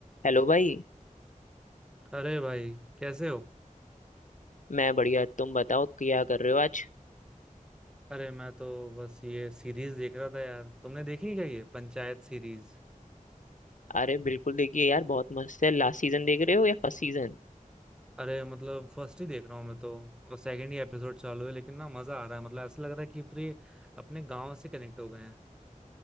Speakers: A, on the left; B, in the centre.
A: Hello भाई
B: अरे भाई कैसे हो
A: मैं बढ़िया तुम बताओ क्या कर रहे हो आज
B: अरे मैं तो बस ये सीरीज देख रहा था यार तुमने देखी क्या ये पंचायत सीरीज
A: अरे बिल्कुल देखिए यार बहुत मस्त है लास्ट सीजन देख रहे हो या फर्स्ट सीजन
B: अरे मतलब फर्स्ट ही देख रहा हूँ मैं तो और सेकंड ही एपिसोड चालू है लेकिन ना मजा आ रहा है मतलब ऐसा लग रहा है कि पूरे अपने गांव से कनेक्ट हो गए हैं